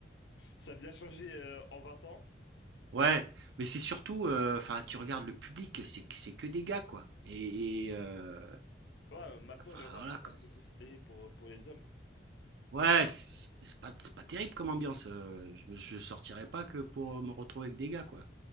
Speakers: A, on the left (about 75°); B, on the right (about 75°).
A: ça a bien changé euh, en 20 ans.
B: Ouais, mais c'est surtout, euh, enfin, tu regardes le public, c'est que c'est que des gars, quoi. Et, et, euh,
A: Ouais, maintenant
B: enfin,
A: le rap
B: voilà,
A: c'est
B: quoi.
A: un peu
B: C'est-
A: considéré pour pour les hommes.
B: Ouais, c'est c'est pas, c'est pas terrible comme ambiance. euh, je, je sortirais pas que pour me retrouver avec des gars, quoi.